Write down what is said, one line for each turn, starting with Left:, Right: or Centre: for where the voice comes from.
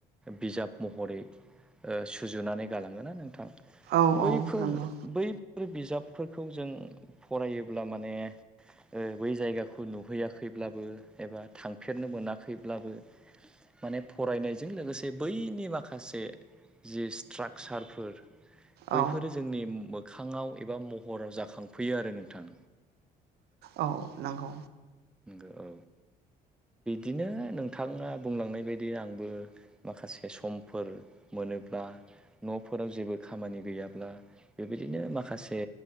Centre: बिजाब महरै ओ सुजुनानै गालाङो ना नोंथां
Right: औ
Centre: बैफोर
Right: औ नंगौ
Centre: बैफोर बिजाब फोर फोरखौ जों फरायोब्ला माने ओ बै जायगाखौ नुहैयाखैब्लाबो एबा थांफेरनो मोनाखैब्लाबो माने फरायनायजों लोगोसे बैनि माखासे जि स्ट्राकचारफोर बैफोरो
Right: औ
Centre: जोंनि मो खाङाव एबा महराव जाखांफैयो आरो नोंथां
Right: औ नंगौ
Centre: नंगौ औ बिदिनो नोंथाङा बुंलांनाय बायदि आंबो माखासे समफोर मोनोब्ला नफोराव जेबो खामानि गैयाब्ला बेबायदिनो माखासे